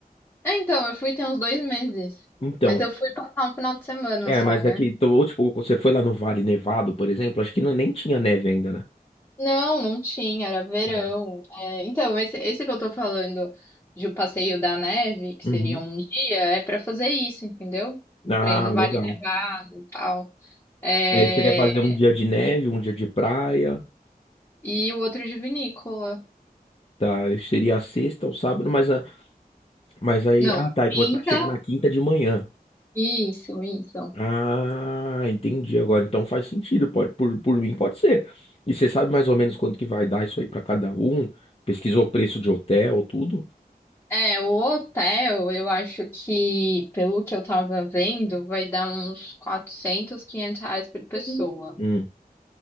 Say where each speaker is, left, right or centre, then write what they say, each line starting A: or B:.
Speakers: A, on the left (about 15°); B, on the left (about 40°).
A: É, então, eu fui tem uns dois meses.
B: Então,
A: Mas eu fui passar um final de semana
B: é,
A: só,
B: mas
A: né?
B: é que então, ou tipo, você foi lá no Vale Nevado, por exemplo, acho que não, nem tinha neve ainda, né?
A: Não, não tinha, era verão.
B: É.
A: É, então, esse, esse que eu tô falando de o passeio da neve, que
B: Uhum.
A: seria um dia, é pra fazer isso, entendeu?
B: Ah,
A: Pra ir no Vale
B: legal.
A: Nevado e tal. É,
B: E aí você quer fazer um dia de neve, um dia de praia,
A: e o outro de vinícola.
B: tá? Seria a sexta ou sábado, mas a, mas aí,
A: Não,
B: ah, tá, é
A: quinta.
B: que você vai chegar na quinta de manhã.
A: Isso, isso.
B: Ah, entendi agora. Então faz sentido, pode, por, por mim pode ser. E você sabe mais ou menos quanto que vai dar isso aí pra cada um? Pesquisou o preço de hotel, tudo?
A: É, o hotel, eu acho que, pelo que eu tava vendo, vai dar uns 400, 500 reais por pessoa.
B: Hum,